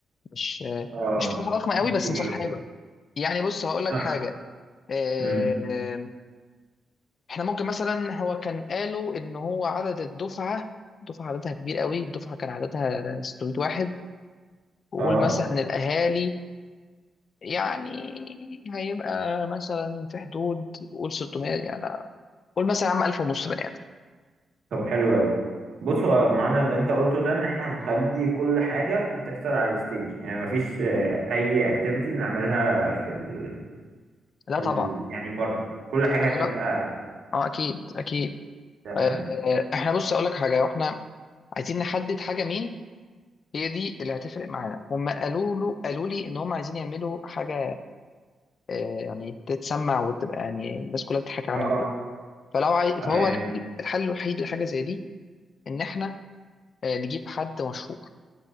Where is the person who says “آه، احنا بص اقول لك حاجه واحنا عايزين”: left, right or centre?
Left